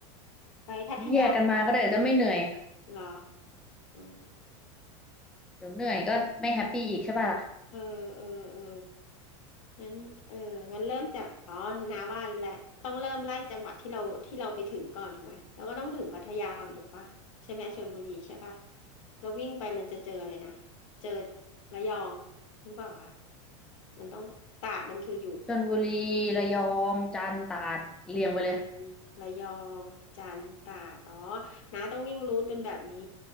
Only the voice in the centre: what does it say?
แยกกันมาก็ได้จะไม่เหนื่อย
เดี๋ยวเหนื่อยก็ไม่แฮปปี้อีกใช่ป่ะล่ะ
ชลบุรีระยองจันทร์ตราดเรียงไปเลย